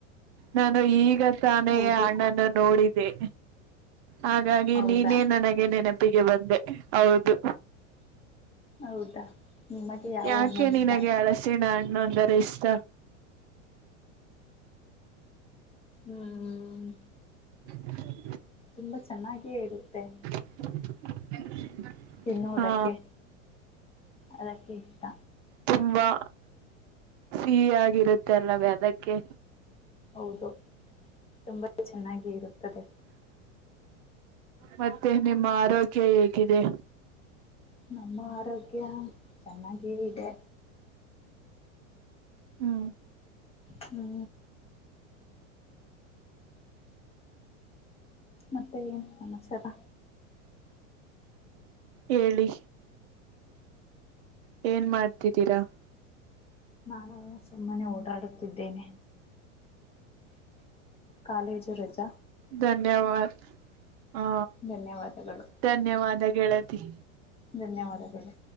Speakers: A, on the right; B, on the left.
A: ನಾನು ಈಗ ತಾನೇ
B: ಹೌದು
A: ಆ ಅಣ್ಣನ್ನು ನೋಡಿದೇ. ಹಾಗಾಗಿ
B: ಹೌದಾ
A: ನೀನೇ ನನಗೆ ನೆನಪಿಗೆ ಬಂದೆ. ಹೌದು.
B: ಹೌದಾ. ನಿಮಗೆ ಯಾವ
A: ಯಾಕೆ
B: ಹಣ್ಣು ಇಷ್ಟ
A: ನಿನಗೆ ಅಳಸಿಣ ಹಣ್ಣು ಅಂದರೆ ಇಷ್ಟ.
B: ಹ್ಮ್
A: <unintelligible>
B: ತುಂಬಾ ಚೆನ್ನಾಗಿಯೇ ಇರುತ್ತೆ.
A: <unintelligible>
B: ತಿನ್ನುವುದಕ್ಕೆ
A: ಹಾ
B: ಅದಕ್ಕೆ ಇಷ್ಟ
A: ತುಂಬಾ ಸಿಹಿಯಾಗಿರುತ್ತೆ ಅಲ್ಲವೇ ಅದಕ್ಕೆ.
B: ಹೌದು ತುಂಬಾ ಚೆನ್ನಾಗಿ ಇರುತ್ತದೆ.
A: ಮತ್ತೆ ನಿಮ್ಮ ಆರೋಗ್ಯ ಹೇಗಿದೆ.
B: ನಮ್ಮ ಆರೋಗ್ಯ ಚೆನ್ನಾಗೆ ಇದೆ.
A: ಹ್ಮ
B: ಹ್ಮ ಮತ್ತೆ ಏನ್ ಸಮಾಚಾರ.
A: ಹೇಳಿ. ಏನ್ ಮಾಡ್ತಿದ್ದೀರಾ.
B: ನಾನು ಸುಮ್ಮನೆ ಓಡಾಡುತ್ತಿದ್ದೇನೆ. ಕಾಲೇಜು ರಜಾ.
A: ಧನ್ಯವಾದ ಹಾ
B: ಧನ್ಯವಾದಗಳು
A: ಧನ್ಯವಾದ ಗೆಳತಿ.
B: ಧನ್ಯವಾದಗಳು.